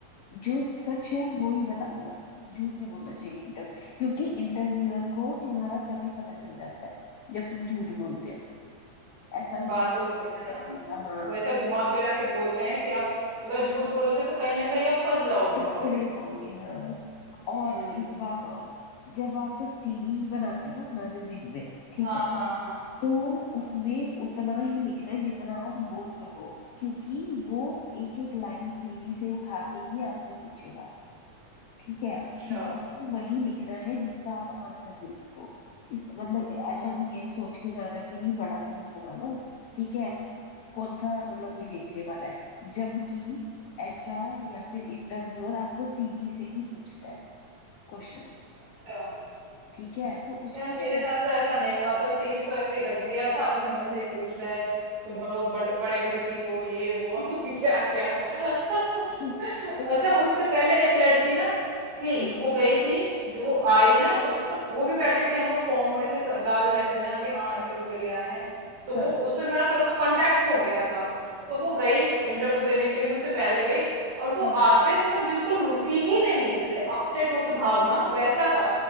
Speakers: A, on the left; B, on the right.
A: जो सच है वो ही बताओ बस झूठ नहीं बोलना चाहिए इंटरव्यू क्योंकि इंटरव्यूअर को तुम्हारा तभी पता चल जाता है जब तुम झूठ बोलते हो ऐसा नहीं
B: बातों
A: है कि
B: से है
A: पता
B: ना
A: चलता हाँ
B: वो ऐसे घुमा फिरा के बोलते हैं कि आप अगर झूठ बोलोगे तो कहीं ना कहीं आप फंस जाओगे
A: पकड़े
B: वहां पे
A: जाओगे हाँ और
B: हम्म
A: एक बात और जब आप सीवी बनाते हो ना अपना रिज्यूमे ठीक
B: हाँ
A: है ना
B: हाँ हाँ
A: तो
B: हाँ,
A: उसमें उतना ही लिखना है जितना आप बोल सको क्योंकि वो एक एक लाइन सीवी से उठा के ही आपसे पूछेगा ठीक है
B: अच्छा
A: सीवी में वही लिखना है जिसका आप आंसर दे सको इस मतलब ऐसा
B: हम्म
A: नहीं है सोच के जाना कि भी बड़ा सीवी बना लो ठीक है कौन सा मतलब कोई देखने वाला है जबकि एचआर या फिर इंटरव्यूअर आपको सीवी से ही पूछता है क्वेश्चन
B: अच्छा
A: ठीक है तो उसको
B: यार मेरे
A: तो
B: साथ
A: रट
B: तो
A: के
B: ऐसा नहीं हुआ था सीवी तो ऐसे ही रख दिया था अपने मन से ही पूछ रहा है तुम बड़ो बड़, बड़े घर की हो ये वो <laughs> क्या क्या <laughs>
A: <laughs> तो
B: अच्छा
A: फिर
B: उससे पहले एक लड़की ना थी
A: हाँ
B: वो गई थी जो वो आई ना तो मतलब वो भी बैठी थी हम लोग फॉर्म ऐसे सब डाल रहे थे ना कि हाँ इंटरव्यू के लिए आए हैं तो
A: हाँ
B: वो उससे मेरा थोड़ा सा कांटेक्ट हो गया था तो वो गई इंटरव्यू देने के लिए मुझसे पहले गई और वो
A: हाँ
B: आते समय बिल्कुल रुकी ही नहीं जैसे अपसेट होके भागना वैसा था